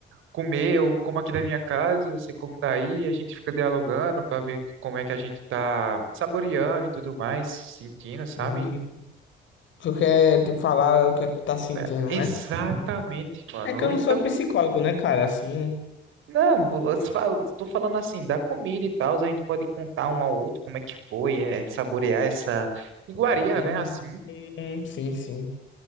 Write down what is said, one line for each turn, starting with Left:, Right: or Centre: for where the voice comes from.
Right: comer. Eu como aqui da minha casa e você como daí. A gente fica dialogando pra ver como é que a gente tá saboreando e tudo mais, sentindo, sabe?
Left: Hum, tu quer, tipo, falar o que é que tu tá sentindo,
Right: É, exatamente,
Left: né?
Right: mano.
Left: É que
Right: Ou
Left: eu não
Right: então.
Left: sou psicólogo, né, cara? Assim.
Right: Não, você fala- estou falando assim, da comida e tal, a gente pode contar um ao outro como é que foi, é, saborear essa iguaria,
Left: Hum,
Right: né, assim.
Left: hum, sim, sim.